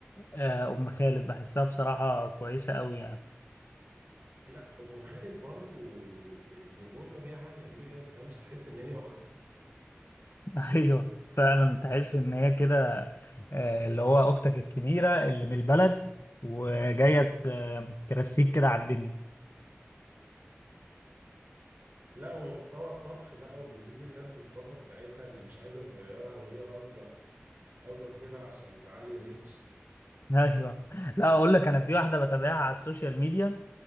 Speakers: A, on the left; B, on the right.
A: آه ام خالد بحسها بصراحة كويسة قوي يعني
B: لا ام خالد برضو ب- بتربطنا بيها حاجه غريبه كده ما تفهمش تحس ان هي اختك
A: <laughs> ايوه فعلا تحس ان هي كده آه اللي هو اختك الكبيرة اللي من البلد وجاية آه، ترسيك كده على الدنيا
B: لا ومحتوى الطبخ بقى وبتغيظ الناس بالطاسه بتاعتها اللي مش عايزه تغيرها وهي قاصده قاصده تسيبها عشان تعلي الريتش
A: ايوه لا اقول لك انا في واحده بتابعها على السوشيال ميديا